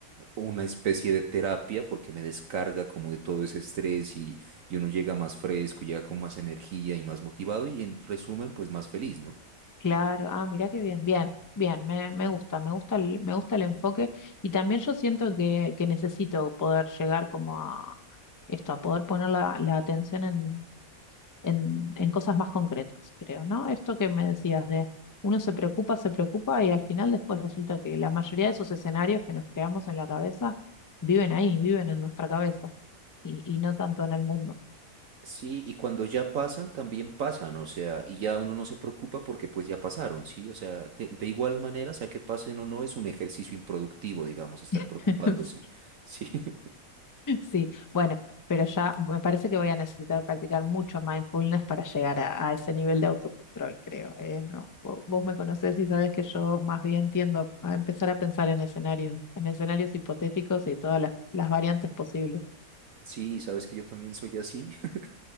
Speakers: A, on the right; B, on the left.
A: una especie de terapia porque me descarga como de todo ese estrés y, y uno llega más fresco, llega con más energía y más motivado y en resumen, pues más feliz, ¿no?
B: Claro, ah, mira qué bien, bien, bien, me, me gusta, me gusta el, me gusta el enfoque y también yo siento que, que necesito poder llegar como a esto, a poder poner la, la atención en, en, en cosas más concretas, creo, ¿no? Esto que me decías de uno se preocupa, se preocupa y al final después resulta que la mayoría de esos escenarios que nos creamos en la cabeza viven ahí, viven en nuestra cabeza y, y no tanto en el mundo.
A: Sí, y cuando ya pasan, también pasan, o sea, y ya uno no se preocupa porque pues ya pasaron, ¿sí? O sea, de, de igual manera, sea que pasen o no, es un ejercicio improductivo, digamos, estar preocupándose,
B: <laughs>
A: ¿sí? <laughs>
B: <laughs> Sí, bueno, pero ya me parece que voy a necesitar practicar mucho mindfulness para llegar a, a ese nivel de autocontrol, creo. ¿eh? No, vo- vos me conocés y sabés que yo más bien tiendo a empezar a pensar en escenarios, en escenarios hipotéticos y todas las, las variantes posibles.
A: Sí, sabes que yo también soy así, <laughs>